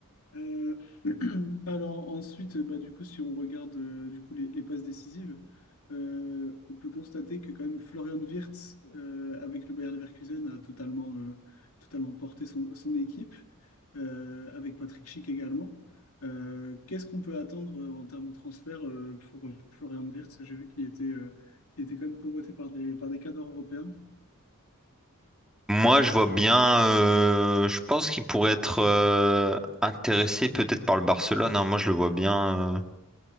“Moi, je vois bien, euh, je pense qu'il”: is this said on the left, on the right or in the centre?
Centre